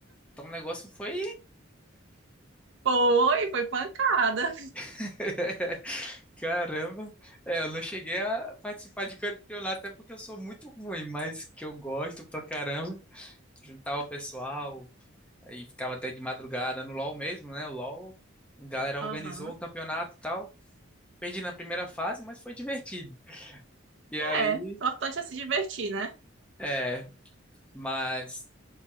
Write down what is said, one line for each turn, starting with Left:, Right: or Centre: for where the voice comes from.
Centre: então o negócio foi.
Right: Foi, foi pancada.
Centre: <laughs> Caramba, é, eu não cheguei a participar de campeonato, até porque eu sou muito ruim, mas que eu gosto pra caramba. juntava o pessoal, aí ficava até de madrugada no LoL mesmo, né? O LoL, a galera
Right: Aham.
Centre: organizou um campeonato e tal. Perdi na primeira fase, mas foi divertido. E aí,
Right: É, o importante é se divertir, né?
Centre: é, mas